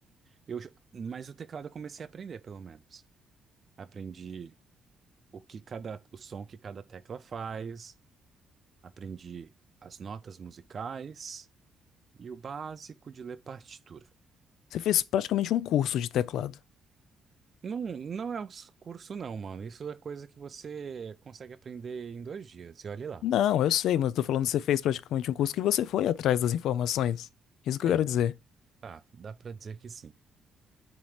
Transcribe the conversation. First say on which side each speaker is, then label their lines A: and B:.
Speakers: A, on the right; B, on the left.
A: Eu, j- mas o teclado eu comecei a aprender, pelo menos. Aprendi o que cada, o som que cada tecla faz, aprendi as notas musicais e o básico de ler partitura.
B: Você fez praticamente um curso de teclado.
A: Não, não é um curso, não, mano. Isso é coisa que você consegue aprender em dois dias. E olhe lá.
B: Não, eu sei, mas eu tô falando que você fez praticamente um curso que você foi atrás das informações. Isso que
A: É,
B: eu quero dizer.
A: tá, dá pra dizer que sim.